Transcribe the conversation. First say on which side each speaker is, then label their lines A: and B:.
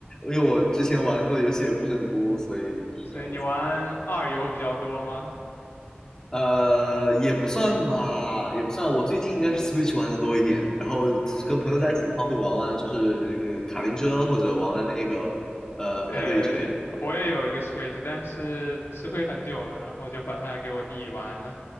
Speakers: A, on the left; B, on the left.
A: 因为我之前玩过的游戏也不是很多，所以是这样子。
B: 所以你玩二游比较多吗？
A: 呃，也不算吧，也不算。我最近应该是 Switch 玩的多一点，然后跟朋友在一起的话会玩玩，
B: 嗯，
A: 就是呃卡丁车或者玩玩那个呃派对之类的。
B: 对，我也有一个 Switch，但是吃灰很久了，然后就把它给我弟玩了。